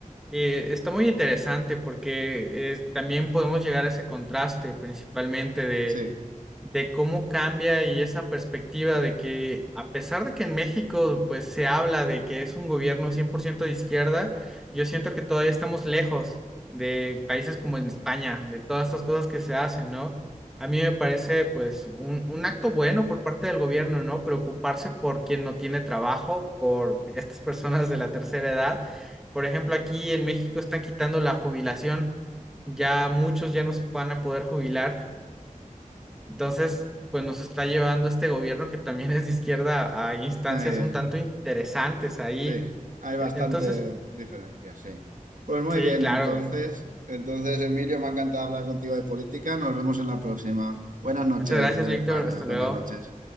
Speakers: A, in the centre; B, on the right.
A: Eh, está muy interesante porque es- también podemos llegar a ese contraste principalmente de,
B: Sí,
A: de cómo cambia y esa perspectiva de que a pesar de que en México pues se habla de que es un gobierno 100% de izquierda, yo siento que todavía estamos lejos de países como en España, de todas estas cosas que se hacen, ¿no? A mí me parece pues un, un acto bueno por parte del gobierno, ¿no? Preocuparse por quien no tiene trabajo, por estas personas de la tercera edad. Por ejemplo, aquí en México están quitando la jubilación, ya muchos ya no se van a poder jubilar entonces, pues nos está llevando este gobierno que también es de izquierda a instancias
B: eh,
A: un tanto interesantes ahí.
B: sí, hay bastante
A: E- Entonces,
B: diferencia, sí. Pues muy
A: sí,
B: bien,
A: claro.
B: entonces, entonces Emilio, me ha encantado hablar contigo de política. Nos vemos en la próxima. Buenas noches
A: Muchas gracias,
B: desde
A: Víctor.
B: España.
A: Hasta
B: Buenas
A: luego.
B: noches.